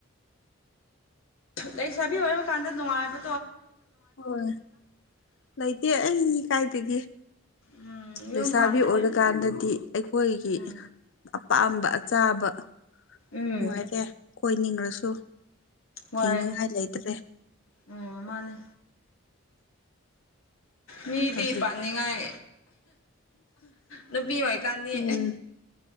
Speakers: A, on the left; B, on the left.
A: ꯂꯩꯁꯕꯤ ꯑꯣꯏꯕ ꯀꯥꯟꯗ ꯅꯅꯨꯡꯉꯕꯣ
B: ꯍꯣꯏ ꯂꯩꯇꯦ ꯑꯩ ꯀꯥꯏꯗꯒꯤ
A: ꯎꯝ ꯌꯨꯝ
B: ꯂꯩꯁꯥꯕꯤ
A: ꯄꯥꯟꯕꯁꯦ
B: ꯑꯣꯏꯔꯀꯥꯟꯗꯗꯤ ꯑꯩꯈꯣꯏꯒꯤ
A: ꯎꯝ
B: ꯄꯥꯝꯕ ꯑꯆꯥꯕ
A: ꯎꯝ
B: ꯅꯨꯡꯉꯥꯏꯇꯦ ꯀꯣꯏꯅꯤꯡꯉꯁꯨ
A: ꯍꯣꯏꯦ
B: ꯊꯤꯡꯅꯤꯡꯉꯥꯏ ꯂꯩꯇ꯭ꯔꯦ
A: ꯑꯣ ꯃꯥꯅꯦ ꯃꯤꯗꯤ
B: ꯍꯧꯖꯤꯛ
A: ꯄꯥꯅꯤꯡ ꯉꯢ ꯅꯨꯄꯤ ꯑꯣꯏꯀꯥꯟꯗꯤ
B: ꯎꯝ